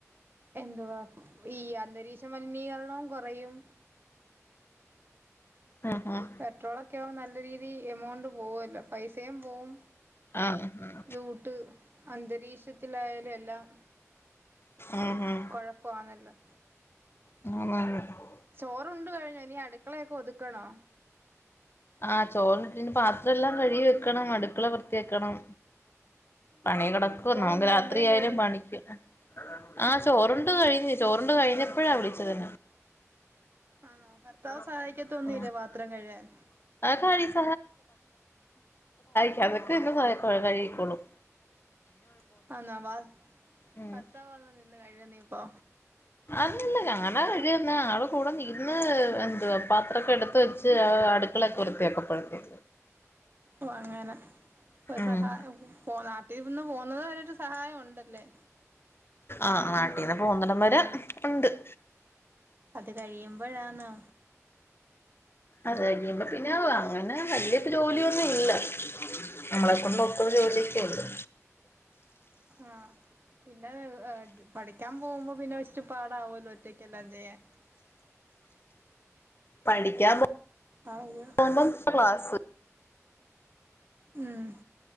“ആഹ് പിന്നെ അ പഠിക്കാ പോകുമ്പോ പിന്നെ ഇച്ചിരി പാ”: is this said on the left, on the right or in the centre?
Right